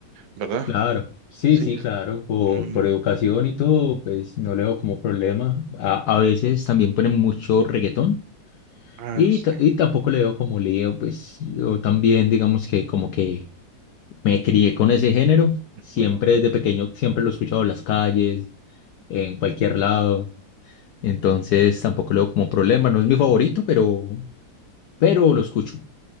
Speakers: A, on the right (about 85°); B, on the left (about 65°).
A: ¿verdad?
B: Claro, sí,
A: Sí.
B: sí, claro, por,
A: Mm,
B: por educación y todo, pues no le veo como problema. A, a veces también ponen mucho reggaetón
A: ah,
B: y,
A: sí.
B: ta- y tampoco le veo como lío, pues yo también digamos que como que me crié con ese género, siempre
A: Mm,
B: desde pequeño, siempre lo he escuchado en las calles, en cualquier lado, entonces tampoco le veo como problema, no es mi favorito, pero, pero lo escucho,